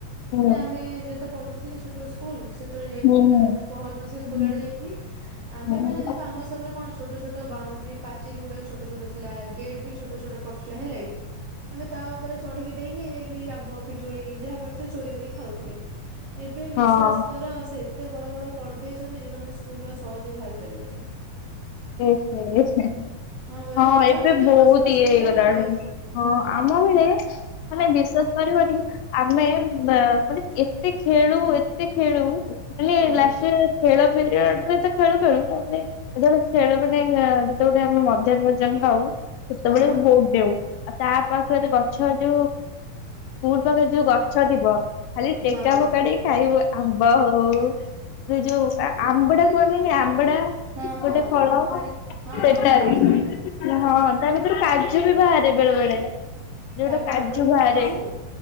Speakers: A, on the left; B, on the right.
A: ହୁଁ
B: ମାନେ ଆମେ ଯେହେତୁ ପଢ଼ୁନଥିଲେ ଛୋଟ ଇସ୍କୁଲ ଯେତେବେଳେ ଯାଇଥିଲି
A: ହୁଁ।
B: କେ ମାନେ ପହରଦିନ ସେ ସ୍କୁଲ
A: ହୁଁ।
B: ଆଡେ ଯାଇଥିଲି ଆମେ
A: ହଁ
B: ମାନେ ଦେଖ ଆମ ସବୁରେ କଣ ଛୋଟ ଛୋଟ ବାଉଣ୍ଡରି ପାଚେରୀ ଗୁଡାକ ଛୋଟ ଛୋଟ ଥିଲା ଗେଟ୍ ବି ଛୋଟ ଛୋଟ ପଡିଥିଲା ହେଲା କି। ଆମେ ତା ଓପରେ ଚଢ଼ିକି ଡ଼େଇଁକି ଯାଇକି ଆମ୍ବ ପିଜୁଳି ଯାହା ପାରୁଥିଲେ ଚୋରି କରିକି ଖାଉଥିଲେ। ଏବେ
A: ହଁ
B: ବିଶ୍ବାସ କର ସେ ଏତେ ବଡ଼ ବଡ଼ କରିଦେଇଚନ୍ତି ଯେ ତମେ ସ୍କୁଲ ଆଉ ସହଜରେ ବାହାରି ପାରିବନି।
A: ଏହେ
B: ପରା
A: ହଁ
B: ଆମର
A: ଏବେ
B: କେତେ
A: ବହୁତ
B: ମଜା ମସ୍ତି
A: ଇଏ ହେଇଗଲାଣି।
B: ଥିଲା ନା ଆମ ଲାଇଫ୍ ରେ
A: ହଁ ଆମ ବେଳେ ମାନେ ବିଶ୍ୱାସ କରିବନି ଆମେ ବା ମାନେ ଏତେ ଖେଳୁ ଏତେ ଖେଳୁ ହେଲେ
B: ହଁ
A: ଲାଷ୍ଟ ଇଅର୍ ଖେଳ ପିରିଅଡ୍ ଖେଳୁ ଖେଳୁ ତା ପରେ ଖେଳ ଗୋଟେ ଯେତେବେଳେେ ଆମେ ମଯାକ୍ ପଜାକ୍ ଖାଉ ସେତେବେଳେ
B: ହଁ
A: ବି ଭୋଉ ଡେଉଁ। ଆଉ ତା ପାଖରେ ଗଛ ଯୋଉ ସ୍କୁଲ ପାଖରେ ଯୋଉ ଗଛ ଥିବ ଖାଲି ଟେକା
B: ହଁ
A: ଫୋକାଡି ଖାଇବୁ ଆମ୍ବ ହଉ ସେ ଯୋଉଟା ଆମ୍ବଡ଼ା କୁହନ୍ତିନି ଆମ୍ବଡ଼ା
B: ହଁ ହଁ
A: ଗୋଟେ ଫଳ
B: ଜାଣିବା ଭାରି ହଁ
A: ସେଟାବି
B: ଖଟା ଜିନିଷ ଟା ଜାଣିଛି
A: ହଁ ତାଲେ କାଜୁ ବି ବାହାରେ ବେଳେ ବେଳେ। ଯୋଉଟା
B: ତା ବି
A: କାଜୁ
B: ଆମ୍ବୁଡା ଭିତରୁ
A: ବାହାରେ
B: କାଜୁ